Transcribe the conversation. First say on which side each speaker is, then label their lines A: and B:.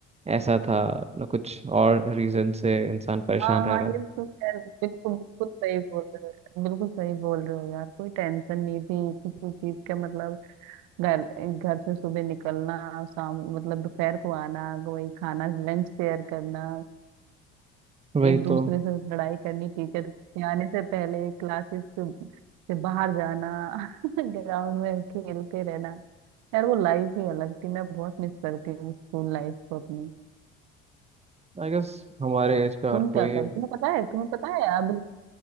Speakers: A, on the right; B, on the right.
A: ऐसा था ना कुछ और रीज़न से इंसान परेशान
B: हाँ
A: रह
B: हाँ
A: रहा
B: ये
A: है
B: सुन यार बिल्कुल बिल्कुल सही बोल रहे हो बिल्कुल सही बोल रहे हो यार कोई टेंशन नहीं थी किसी चीज का मतलब घर घर से सुबह निकलना शाम मतलब दोपहर को आना वही खाना लंच शेयर करना
A: वही
B: एक दूसरे
A: तो
B: से लड़ाई करनी टीचर के आने से पहले क्लासेस से, से बाहर जाना <laughs> ग्राउंड में खेलते रहना यार वो लाइफ ही अलग थी मैं बहुत मिस करती हूँ स्कूल लाइफ को अपनी
A: आई गेस हमारे एज का
B: तुम
A: हर
B: क्या
A: कोई
B: कर
A: है
B: तुम्हें पता है तुम्हें पता है अभी